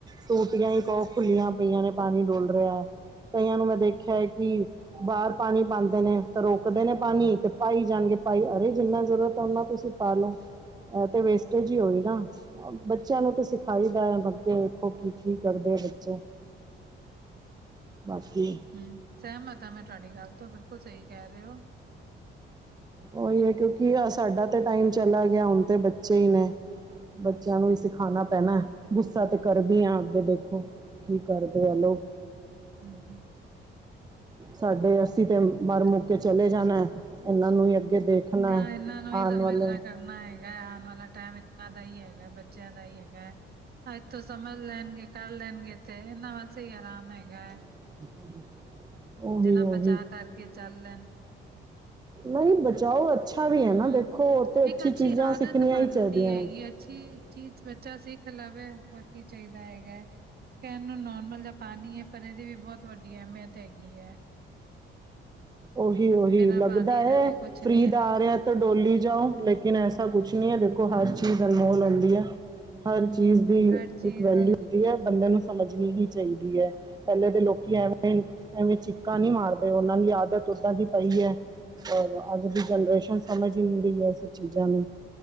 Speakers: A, on the right; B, on the right.
A: ਸੂਟੀਆਂ ਹੀ ਕਹੋ ਖੁੱਲੀਆਂ ਪਈਆਂ ਨੇ ਪਾਣੀ ਡੁਲ ਰਿਹਾ ਕਈਆਂ ਨੂੰ ਮੈਂ ਦੇਖਿਆ ਹੈ ਕਿ ਬਾਹਰ ਪਾਣੀ ਪਾਉਂਦੇ ਨੇ ਤਾਂ ਰੋਕਦੇ ਨੇ ਪਾਣੀ ਤੇ ਪਾਈ ਜਾਣਗੇ ਭਾਈ ਅਰੇ ਜਿੰਨਾ ਜ਼ਰੂਰਤ ਹੈ ਓਨਾ ਤੁਸੀਂ ਪਾ ਲਓ ਇਹ ਤੇ ਵੇਸਟੇਜ ਹੀ ਹੋਈ ਨਾ ਬੱਚਿਆਂ ਨੂੰ ਤਾਂ ਸਿਖਾਈ ਦਾ ਹੈ ਅੱਗੇ ਵੇਖੋ ਕੀ ਕੀ ਕਰਦੇ ਬੱਚੇ ਬਾਕੀ
B: ਹਮ ਸਹਿਮਤ ਆ ਮੈਂ ਤੁਹਾਡੀ ਗੱਲ ਤੋਂ ਬਿਲਕੁਲ ਸਹੀ ਕਹਿ ਰਹੇ ਹੋ
A: ਉਹੀ ਏ ਕਿਉਂਕਿ ਸਾਡਾ ਤੇ ਟਾਈਮ ਚਲਾ ਗਿਆ ਹੁਣ ਤੇ ਬੱਚੇ ਹੀ ਨੇ
B: ਹਮ
A: ਬੱਚਿਆਂ ਨੂੰ ਹੀ ਸਿਖਾਉਣਾ ਪੈਣਾ ਗੁੱਸਾ
B: ਹਮ
A: ਤੇ ਕਰਦੀ ਆ ਅੱਗੇ ਦੇਖੋ ਕੀ ਕਰਦੇ ਆ ਲੋ
B: ਹਮ ਹਮ
A: ਸਾਡੇ ਅੱਸੀਂ ਤੇ ਮਰ
B: ਹਮ
A: ਮੁੱਕ ਕੇ ਚਲੇ ਜਾਣਾ ਇਹਨਾਂ ਨੂੰ ਹੀ ਅੱਗੇ ਦੇਖਣਾ
B: ਗਾਹ
A: ਹੈ।
B: ਇਹਨਾਂ ਨੂੰ ਹੀ
A: ਆਉਣ
B: ਸਮਝਨਾ
A: ਵਾਲੇ
B: ਕਰ ਨਾ ਹੈਗਾ ਆਉਣ ਵਾਲਾ ਟਾਈਮ ਇਹਨਾਂ ਦਾ ਹੀ ਹੈਗਾ ਬੱਚਿਆਂ ਦਾ ਹੀ ਹੈਗਾ ਅੱਜ ਤੋਂ ਸਮਝ ਲੈਣਗੇ ਕਰ ਲੈਣਗੇ ਇਥੇ ਇਹਨਾਂ ਵਾਸਤੇ ਹੀ ਆਰਾਮ ਹੈਗਾ ਹੈ
A: ਹਮ ਉਹੀ
B: ਜਿੰਨਾ
A: ਉਹੀ
B: ਬਚਾ ਕਰਕੇ ਚੱਲ ਲੈਣ
A: ਨਹੀਂ ਬਚਾਓ ਅੱਛਾ ਅੱਛਾ ਵੀ ਹੈ
B: ਹਮ
A: ਨਾ ਦੇਖੋ ਉਥੇ ਅੱਛੀ
B: ਇੱਕ
A: ਚੀਜ਼ਾਂ
B: ਆਦਤ
A: ਸਿੱਖਣੀਆਂ
B: ਬਣਦੀ
A: ਹੀ ਚਾਹੀਦੀਆਂ
B: ਹੈਗੀ
A: ਨੇ
B: ਅੱਛੀ ਚੀਜ਼ ਬੱਚਾ ਸਿੱਖ ਲਵੇ ਹੋਰ ਕੀ ਚਾਹੀਦਾ ਹੈਗਾ ਕਹਿਣ ਨੂੰ ਨੋਰਮਲ ਤਾਂ ਪਾਣੀ ਹੈ ਪਰ ਇਹਦੀ ਵੀ ਬਹੁਤ ਵੱਡੀ ਅਹਿਮੀਅਤ ਹੈਗੀ ਹੈ
A: ਉਹੀ ਉਹੀ
B: ਬਿਨਾਂ
A: ਲੱਗਦਾ
B: ਪਾਣੀ
A: ਹੈ
B: ਦੇ ਤੇ ਕੁਛ ਨੀ
A: ਫਰੀ
B: ਹੈ
A: ਦਾ ਆ ਰਿਹਾ ਤੇ ਡੋਲੀ ਜਾਓ ਲੇਕ ਲੇਕਿਨ ਐਸਾ ਕੁਛ ਨੀ ਹੈ ਦੇਖੋ ਹਰ ਚੀਜ਼ ਅਨਮੋਲ ਹੁੰਦੀ ਹੈ। ਹਰ
B: ਹਮ
A: ਚੀਜ਼ ਦੀ
B: ਹਰ ਚੀਜ਼
A: ਇੱਕ ਵੈਲਿਊ
B: ਦੀ
A: ਹੁੰਦੀ ਹੈ ਬੰਦੇ ਨੂੰ ਸਮਝਣੀ ਹੀ ਚਾਹੀਦੀ ਹੈ ਪਹਿਲੇ ਦੇ ਲੋਕੀ ਐਵੇਂ-ਐਵੇਂ ਚੀਕਾਂ ਨੀ ਮਾਰਦੇ ਉਹਨਾਂ ਦੀ ਆਦਤ ਦੁੱਦਾਂ ਦੀ ਪਾਈ ਹੈ ਔਰ ਅੱਜ ਦੀ ਜਨਰੇਸ਼ਨ ਸਮਝ ਹੀ ਨੀ ਰਹੀ ਹੈ ਇਹ ਸਭ ਚੀਜ਼ਾਂ ਨੂੰ।